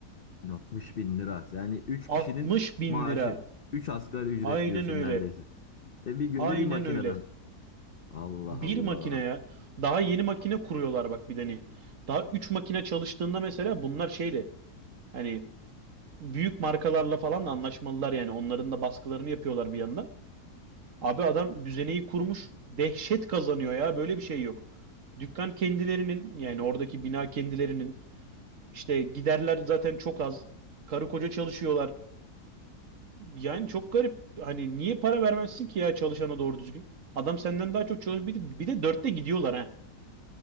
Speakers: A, on the left (about 55°); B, on the right (about 60°).
A: 60 bin lira. Yani üç
B: 60
A: kişinin
B: bin
A: maaşı.
B: lira.
A: üç asgari ücret
B: Aynen
A: diyorsun
B: öyle.
A: neredeyse. Ve bir günde
B: Aynen
A: bir makineden.
B: öyle.
A: Allah
B: Bir
A: Allah.
B: makineye daha yeni makine kuruyorlar bak bir de hani. Daha 3 makine çalıştığında mesela bunlar şeyle hani büyük markalarla falan da anlaşmalılar yani. Onların da baskılarını yapıyorlar bir yandan. Abi adam düzeneyi kurmuş. Dehşet kazanıyor ya. Böyle bir şey yok. Dükkan kendilerinin yani oradaki bina kendilerinin işte giderler zaten çok az. Karı koca çalışıyorlar. Yani çok garip. Hani niye para vermezsin ki ya çalışana doğru düzgün? Adam senden daha çok çalışıyor. Bir de, bir de dörtte gidiyorlar ha.